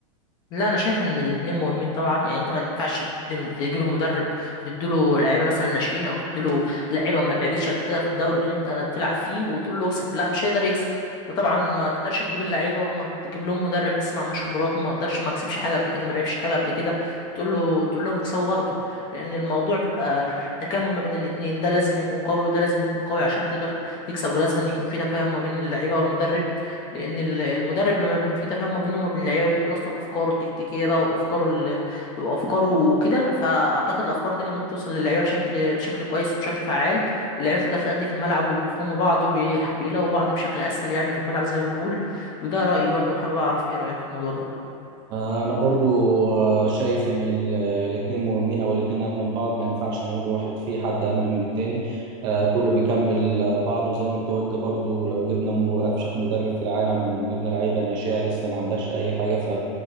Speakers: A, on the left (about 25°); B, on the right (about 25°).
A: لا انا شايف ان الاتنين مهمين طبعا يعني انت ما ينفعش تدي تجيب المدرب وتديله لعيبه مثلا ناشئين او تديله لعيبه ما لعبتش قبل كده في الدوري اللي انت بتلعب فيه وتقول له اكسب لا مش هيقدر يكسب وطبعا ما تقدرش تجيب اللعيبه وما تجيب لهم مدرب لسه ما عندوش خبرات وما قدرش ما كسبش حاجه قبل كده ما لعبش حاجه قبل كده تقول له تقول لهم اكسبوا برضه لان الموضوع بيبقى تكامل ما بين الاتنين ده لازم يكون قوي وده لازم يكون قوي عشان تقدر تكسب ولازم أن يكون في تفاهم ما بين اللعيبه والمدرب لان ال- المدرب لما يكون في تفاهم ما بينه وما بين اللعيبه بيقدر يوصل افكاره التكتيكيه بقى وافكاره ال... وافكاره وكده فاعتقد الافكار دي لما بتوصل للعيبه بشكل بشكل كويس وبشكل فعال اللعيبه تقدر تأدي في الملعب وبيفهموا بعض وبيلاقوا بعض بشكل اسهل يعني في الملعب زي ما بنقول وده رأيي برضه حابب اعرف ايه رأيك في الموضوع ده
B: انا برضو آه، شايف ان ال- الاتنين مهمين او الاتنين اهم من بعض ما ينفعش نقول واحد في حد اهم من التاني آه، كله بيكمل آه، بعضه زي ما انت قلت برضو لو جبنا م- افشخ مدرب في العالم وجبنا لعيبه ناشئه لسه ما عندهاش اي حاجه ف